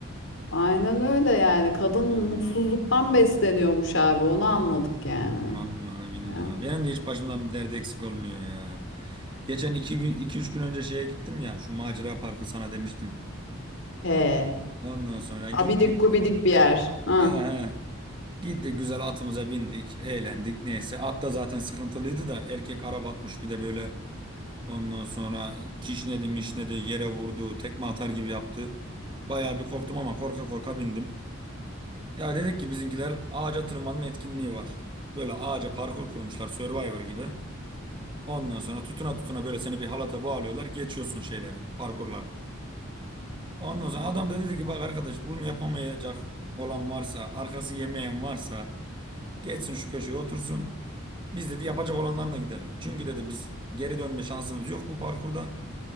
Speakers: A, on the left; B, on the right.
A: Aynen öyle yani. Kadın mutsuzluktan
B: Aman.
A: besleniyormuş abi. Onu anladık yani.
B: Vallahi billahi.
A: Ya.
B: Benim de hiç başımdan bir dert eksik olmuyor ya. Geçen iki gün, iki üç gün önce şeye gittim ya. Şu macera parkı sana demiştim.
A: He.
B: Ondan sonra gittik.
A: Abidik gubidik bir yer. Ha.
B: He he. Gittik güzel atımıza bindik. Eğlendik neyse. At da zaten sıkıntılıydı da. Erkek araba atmış bir de böyle. Ondan sonra kişnedi mişnedi yere vurdu. Tekme atar gibi yaptı. Bayağı bir korktum ama korka korka bindim. Ya dedik ki bizimkiler ağaca tırmanma etkinliği var. Böyle ağaca parkur kurmuşlar Survivor gibi. Ondan sonra tutuna tutuna böyle seni bir halata bağlıyorlar. Geçiyorsun şeyleri, parkurları. Ondan sonra adam da dedi ki bak arkadaş bunu yapamayacak olan varsa, arkası yemeyen varsa geçsin şu köşeye otursun. Biz dedi yapacak olanlarına gidelim. Çünkü dedi biz geri dönme şansımız yok bu parkurda.